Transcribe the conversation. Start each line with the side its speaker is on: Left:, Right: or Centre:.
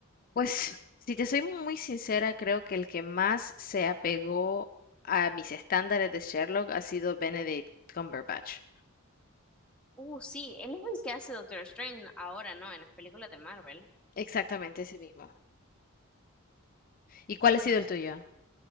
Left: Pues, si te soy muy sincera, creo que el que más se apegó a mis estándares de Sherlock ha sido Benedict Cumberbatch.
Centre: Uh, sí, él es el que hace Doctor Strange ahora, ¿no? En las películas de Marvel.
Left: Exactamente ese mismo. ¿Y cuál ha
Centre: Bueno.
Left: sido el tuyo?